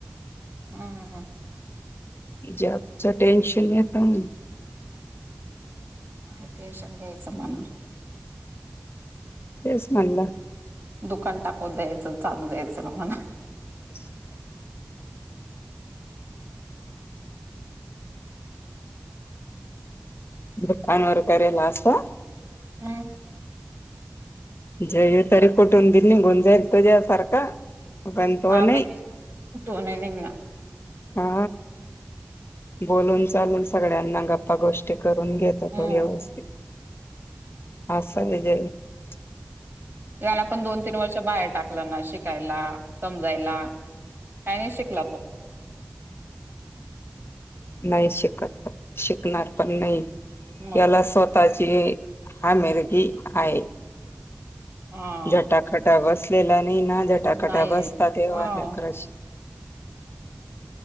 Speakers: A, on the right; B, on the left.
A: हम्म हम्म.
B: जॉबच टेन्शन येतं
A: काय टेन्शन घ्यायचं म्हणा
B: तेच म्हणल
A: दुकान टाकून द्यायच अन चालू द्यायच न म्हणा.
B: <unintelligible> दुकान वर करेल असं?
A: हम्म.
B: जयू तरी कुठून बि निघून तुझ्या सारखा पण तो
A: हा
B: नाही
A: बाई तो नाही निघणार
B: हा बोलून चालून सगळ्यांना गप्पा गोष्टी करून घेतो
A: हम्म
B: तो व्यवस्थित हा सले देतो.
A: याला पण दोन तीन वर्ष बाहेर टाक टाकला ना शिकायला, समजायला काही नाही शिकला तो
B: नाही शिकत शिकणार पण नाही
A: मग
B: याला स्वतः ताची हामिेरगी हाये.
A: हा
B: झटाकटा बसलेला नाही न झटाकटा
A: नाही
B: बसता
A: येत
B: तेव्हा
A: हा
B: लेकराची
A: <unintelligible>